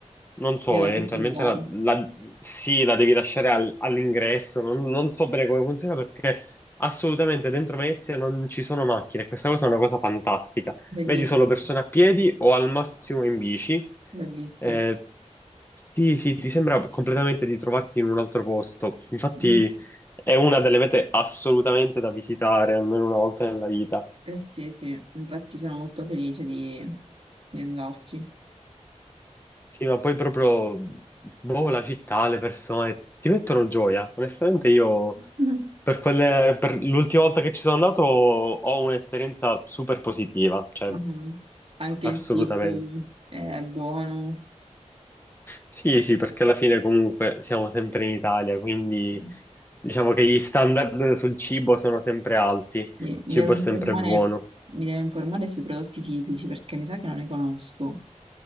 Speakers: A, on the left; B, on the right.
A: non so,
B: Deve
A: eventualmente
B: posteggiare.
A: la, la- sì, la devi lasciare al- all'ingresso, non non so bene come funziona perché... Assolutamente, dentro Venezia non ci sono macchine, questa cosa è una cosa fantastica.
B: Bellissimo,
A: Vedi solo persone a piedi o al massimo in bici.
B: bellissimo.
A: Eh, sì, sì, ti sembra completamente di trovarti in un altro posto. Infatti
B: Mm.
A: è una delle mete assolutamente da visitare, almeno una volta nella vita.
B: Eh sì, eh sì, infatti sono molto felice di, di andarci.
A: Sì, ma poi proprio, boh, la città, le persone, ti mettono gioia. Onestamente io,
B: Mm.
A: per quelle- per l'ultima volta che ci sono andato, ho un'esperienza super positiva. Cioè,
B: Mhm. Anche
A: Assolutamente.
B: il cibo è buono.
A: Sì, sì, perché alla fine comunque siamo sempre in Italia, quindi
B: Sì,
A: diciamo che gli standard sul cibo sono sempre alti, il
B: Mi
A: cibo
B: devo informare,
A: è sempre buono.
B: mi devo informare sui prodotti tipici perché mi sa che non ne conosco.